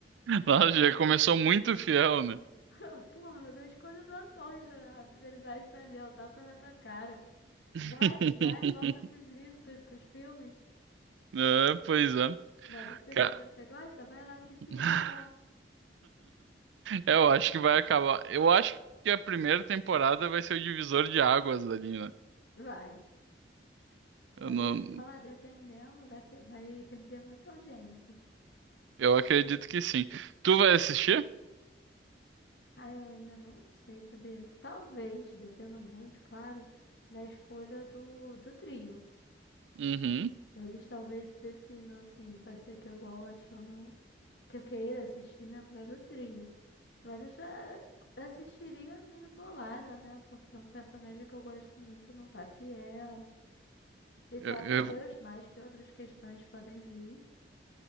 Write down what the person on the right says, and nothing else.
Nossa, já começou muito fiel, né?
<laughs>
É, pois é.
Ca-
<laughs>
É, Eu acho que vai acabar. Eu acho que a primeira temporada vai ser o divisor de águas ali, né?
Eu
não,
eu acredito que sim. Tu vai assistir?
Uhum.
Eu,
eu,